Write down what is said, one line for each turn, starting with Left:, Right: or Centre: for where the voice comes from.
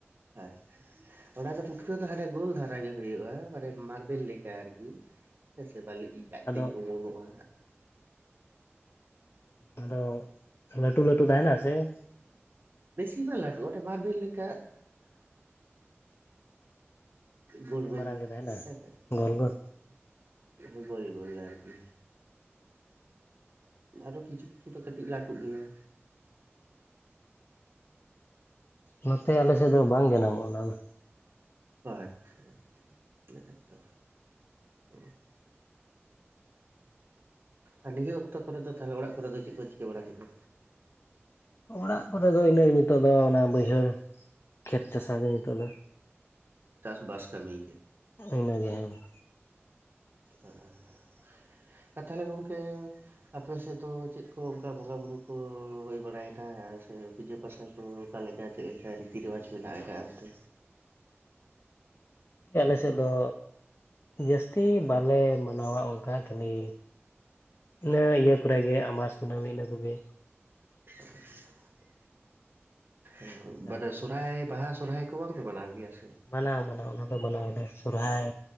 Right: ᱟᱪᱪᱷᱟ ᱚᱱᱟ ᱫᱚ ᱯᱩᱴᱠᱟᱹ ᱫᱚ ᱦᱟᱸᱰᱮ ᱜᱳᱞ ᱫᱷᱟᱨᱟ ᱜᱮ ᱦᱩᱭᱩᱜᱼᱟ ᱢᱟᱱᱮ ᱢᱟᱨᱵᱮᱞ ᱞᱮᱠᱟ ᱟᱨᱠᱤ ᱾ ᱦᱮᱸ ᱥᱮ ᱵᱟᱞᱮ ᱤᱡ ᱟᱡ
Left: ᱟᱫᱚ
Right: ᱛᱮᱜᱮ ᱚᱢᱚᱱᱚᱜᱼᱟ
Left: ᱟᱫᱚ ᱞᱟᱹᱴᱩ ᱞᱟᱹᱴᱩ ᱛᱟᱦᱮᱱᱟ ᱥᱮ ᱾
Right: ᱵᱮᱥᱤ ᱵᱟᱝ ᱞᱟᱹᱴᱩᱜ ᱚᱱᱮ ᱢᱟᱨᱵᱮᱞ ᱞᱮᱠᱟ ᱾ ᱜᱳᱞ
Left: ᱛᱤᱱᱟᱹᱜ
Right: ᱜᱳᱞ
Left: ᱢᱟᱨᱟᱝ ᱜᱮ ᱛᱟᱦᱮᱱᱟ
Right: ᱦᱮᱸ ᱥᱮ
Left: ᱜᱳᱞ ᱜᱳᱞ
Right: ᱚ ᱜᱳᱞ ᱜᱳᱞ ᱟᱨᱠᱤ ᱟᱨᱚ ᱠᱤᱪᱷᱩ ᱠᱤᱪᱷᱩ ᱫᱚ ᱠᱟᱹᱴᱤᱡ ᱞᱟᱹᱴᱩᱜ ᱜᱮᱭᱟ ᱾
Left: ᱱᱚᱛᱮ ᱟᱞᱮ ᱥᱮ ᱫᱚ ᱵᱟᱝ ᱡᱟᱱᱟᱢᱚᱜᱼᱟ ᱚᱱᱟ ᱫᱚ ᱾
Right: ᱟᱪᱪᱷᱟ ᱟᱪᱪᱷᱟ ᱛᱚ <unintelligible> ᱟᱨ ᱱᱤᱡ ᱚᱠᱛᱚ ᱠᱚᱨᱮ ᱫᱚ ᱛᱟᱞᱞᱮ ᱚᱲᱟᱜ ᱠᱚᱨᱮ ᱫᱚ ᱪᱮᱫ ᱠᱚ ᱪᱤᱠᱟᱹ ᱵᱟᱲᱟᱭᱮᱫᱼᱟ?
Left: ᱚᱲᱟᱜ ᱠᱚᱨᱮ ᱫᱚ ᱤᱱᱟᱹᱜᱮ ᱱᱤᱛᱚᱜ ᱫᱚ ᱚᱱᱟ ᱵᱟᱹᱭᱦᱟᱹᱲ ᱠᱷᱮᱛ ᱪᱟᱥᱟ ᱜᱮ ᱱᱤᱛᱚᱜ ᱫᱚ᱾
Right: ᱪᱟᱥᱵᱟᱥ ᱠᱟᱹᱢᱤ ᱜᱮ ᱾
Left: ᱤᱱᱟᱹᱜᱮ ᱦᱮᱸ ᱾
Right: ᱟᱸ ᱟᱨ ᱛᱟᱦᱚᱞᱮ ᱜᱚᱢᱠᱮ ᱟᱯᱮᱥᱮᱫ ᱫᱚ ᱪᱮᱫ ᱠᱚ ᱚᱱᱠᱟ ᱵᱚᱸᱜᱟ ᱵᱩᱨᱩ ᱠᱚ ᱦᱩᱭ ᱵᱟᱲᱟᱭᱮᱱᱟ ᱥᱮ ᱯᱩᱡᱟᱹ ᱯᱟᱥᱟ? ᱚ ᱚᱠᱟᱞᱮᱠᱟ ᱪᱮᱫ ᱞᱮᱠᱟ ᱨᱤᱛᱤ ᱨᱮᱣᱟᱡᱽ ᱢᱮᱱᱟᱜ ᱟᱠᱟᱫ ᱚᱱᱛᱮ?
Left: ᱟᱞᱮᱥᱮᱫ ᱫᱚ ᱡᱟᱹᱥᱛᱤ ᱵᱟᱞᱮ ᱢᱟᱱᱟᱣᱟ ᱚᱱᱠᱟ ᱠᱷᱟᱹᱞᱤ ᱤᱱᱟᱹ ᱤᱭᱟᱹ ᱠᱚᱨᱮᱜᱮ ᱟᱢᱵᱟᱥ ᱠᱩᱱᱟᱹᱢᱤ ᱤᱱᱟᱹ ᱠᱚᱜᱮ
Right: <unintelligible> ᱮ <unintelligible>
Left: ᱟᱨ
Right: ᱥᱚᱨᱦᱟᱭ ᱵᱟᱦᱟ ᱥᱚᱨᱚᱦᱟᱭ ᱠᱚ ᱵᱟᱝ ᱠᱚ ᱢᱟᱱᱟᱣ ᱜᱮᱭᱟ ᱥᱮ?
Left: ᱢᱟᱱᱟᱣ ᱢᱟᱱᱟᱣ ᱚᱱᱟᱫᱚ ᱢᱟᱱᱟᱣ ᱟᱞᱮ ᱥᱚᱨᱦᱟᱭ